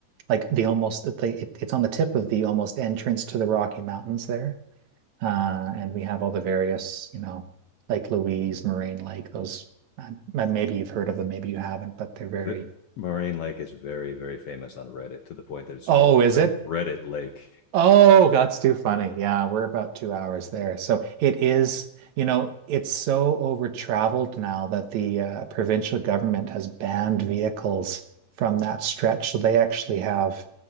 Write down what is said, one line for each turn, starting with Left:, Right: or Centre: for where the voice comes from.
Right: like the almost it- it- it's on the tip of the almost entrance to the Rocky Mountains there. Uh, and we have all the various, you know, Lake Louise, Moraine Lake, those um, maybe you've heard of them, maybe you haven't, but they're very,
Left: the Moraine Lake is very, very famous on Reddit to the point that it's
Right: oh,
Left: called Red,
Right: is it?
Left: Reddit Lake.
Right: Oh, that's too funny. Yeah, we're about two hours there. So it is, you know, it's so over traveled now that the uh, provincial government has banned vehicles from that stretch. So they actually have